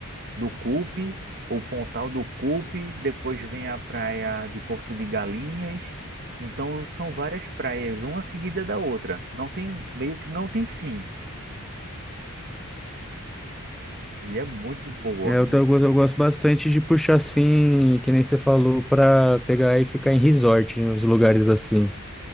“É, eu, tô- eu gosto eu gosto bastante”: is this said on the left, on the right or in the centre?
Centre